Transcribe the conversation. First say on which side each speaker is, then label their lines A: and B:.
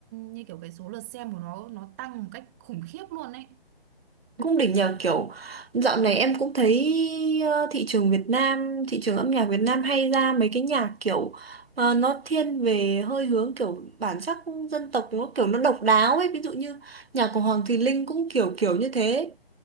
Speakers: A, on the right; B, on the right.
A: như kiểu cái số lượt xem của nó nó tăng một cách khủng khiếp luôn ấy.
B: cũng đỉnh nhờ kiểu dạo này em cũng thấy ờ, thị trường Việt Nam thị trường âm nhạc Việt Nam hay ra mấy cái nhạc kiểu ờ, nó thiên về hơi hướng kiểu bản sắc dân tộc nó kiểu nó độc đáo ấy ví dụ như nhạc của Hoàng Thùy Linh cũng kiểu kiểu như thế